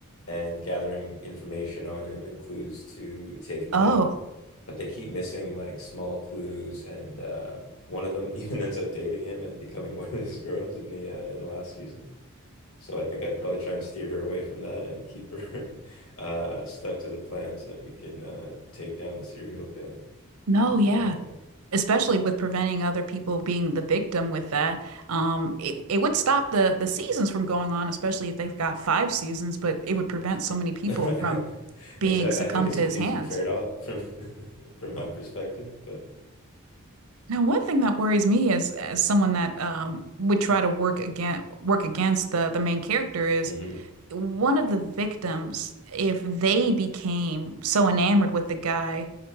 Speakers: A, on the left; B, on the right.
A: and gathering information on him and clues to take him
B: Oh
A: down. But they keep missing like small clues, and uh, one of them <laughs> even ends up dating him and becoming one of his girls in the uh, in the last season. So I think I'd probably try and steer her away from that and keep her <laughs> uh, stuck to the plan so that we can uh, take down the serial killer.
B: no,
A: That'd
B: yeah.
A: be my plan.
B: Especially with preventing other people being the victim with that, um, it it would stop the the seasons from going on, especially if they've got five seasons. But it would prevent so many
A: <laughs>
B: people from being
A: Exactly.
B: succumbed
A: I think it's
B: to
A: a
B: his
A: decent
B: hands.
A: trade-off from <laughs> from my perspective, but
B: Now, one thing that worries me is as someone that um, would try to work again work against the the main character is
A: hmm
B: one of the victims, if they became so enamored with the guy